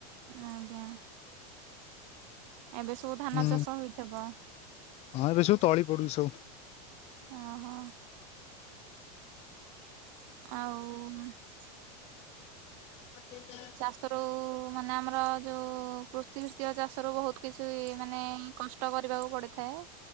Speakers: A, on the right (about 55°); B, on the left (about 30°).
A: ଆଜ୍ଞା। ଏବେ ସବୁ ଧାନ
B: ହୁଁ
A: ଚାଷ ହୋଇଥିବ?
B: ହଁ ଏବେ ସବୁ ତଳି ପଡୁଚି ସବୁ।
A: ଓହୋ। ଆଉ
B: ଆ <unintelligible>
A: ଚାଷରୁ ମାନେ ଆମର ଯୋଉ କୃଷି ଭିତ୍ତିକ ଚାଷ ରୁ ବହୁତ କିଛି ମାନେ କଷ୍ଟ କରିବାକୁ ପଡିଥାଏ